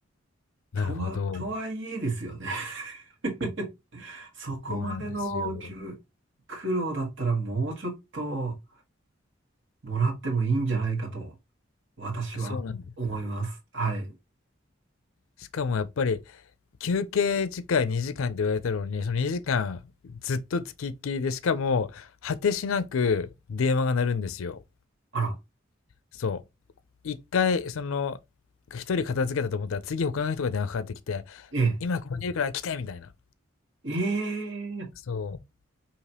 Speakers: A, on the left; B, on the right.
A: なるほど。
B: とは、とはいえですよね。<laughs> そこまでの給苦労だったらもうちょっと
A: そうなんですよ。
B: もらってもいいんじゃないかと、私は思います。
A: そうなんです。
B: はい。
A: しかもやっぱり休憩時間2時間って言われたのに、その2時間ずっとつきっきりで、しかも果てしなく電話が鳴るんですよ。
B: あら、
A: そう。一回、その、一人片付けたと思ったら、次他の人が電話かかってきて、
B: ええ、
A: 今ここにいるから来てみたいな。
B: ええ、
A: そう。